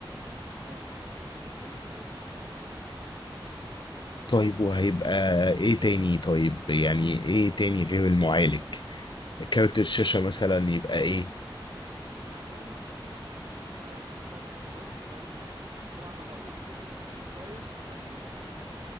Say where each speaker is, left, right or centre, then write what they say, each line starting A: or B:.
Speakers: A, on the right; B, on the left.
A: اه ممكن تخليك في رايزن 7
B: طيب وهيبقى
A: وما
B: ايه تاني طيب يعني ايه تاني غير المعالج كارت الشاشة مثلا يبقى ايه
A: جايلك في الكلام يبقى احنا اخترنا خلاص رايزن طبعا انا هقول لك 7 ولا 5 ولا